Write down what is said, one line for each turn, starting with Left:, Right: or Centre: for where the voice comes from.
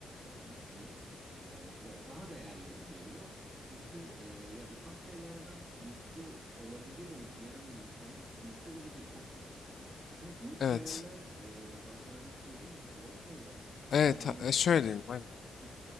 Right: e, nasıl diyeyim e, ya daha değerli gibi geliyor. Çünkü e, ya ufak şeylerden mutlu olabilirim diyen bir insanın mutlu olabileceği çok şey var. Ama büyük
Left: Evet.
Right: hayaller e, başarması dediğim gibi zor şeyler
Left: Evet.
Right: ve hani
Left: ha- e, Şöyle diyelim. aynen.
Right: Hı,